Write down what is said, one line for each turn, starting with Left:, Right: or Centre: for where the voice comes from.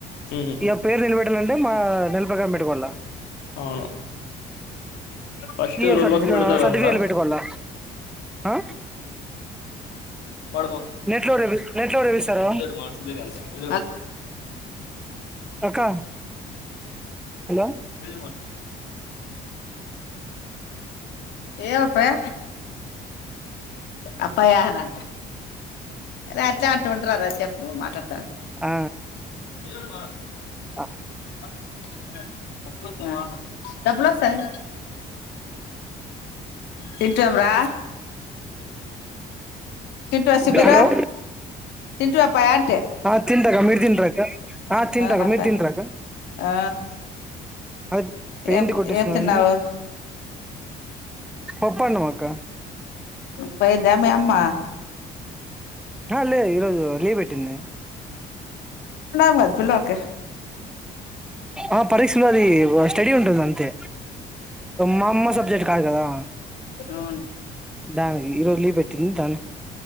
Left: హ్మ్
Centre: ఇక పేరు నిలబెట్ పెట్టంటే మా నెల ప్రకారం పెట్టుకోా వల్ల
Left: అవును ఫస్ట్
Centre: ఈ
Left: రోడ్ పక్కన పెడతారంట
Centre: సర్టిఫికేట్లు పెట్టుకోవాల ఆ
Left: హలో
Centre: నెట్లో రేపి నెట్లో రేపిస్తారు
Left: మమ్మ
Centre: అక్క హలో
Left: <unintelligible> ఏ ఒప్పయ్ అప్పయా అనా అరె అట్లె అంటు వచ్చా మాట్లాడు
Centre: ఆ
Left: ఏదోక్ మాట్
Centre: అ
Left: <inaudible> డబ్బులోస్తాయ్ తింటూం రా తింటవా సుబీరు
Centre: అ గారు
Left: తింటివా అప్పయా అంటే
Centre: ఆ తింటాక్కా మీరు తింటరా అహ్ తింట
Left: అవునప్ప
Centre: అక్క మీరు తింట్ర అక్క
Left: ఆ
Centre: అదే పెయింట్
Left: ఏం
Centre: కొట్టిస్తున్న
Left: ఏం తిన్నావు
Centre: పప్పుఅన్నం అక్క
Left: పోయిందా అమ్మ
Centre: లే ఈరోజు లీవ్ పెట్టింది
Left: మద్యలోకి
Centre: ఆ పరీక్ష ఉన్నది స్టడీ ఉంటుంది అంతే మా అమ్మ సబ్జెక్ట్ కాదు కదా
Left: అవును
Centre: దానికి ఈరోజు లీవ్ పెట్టింది దా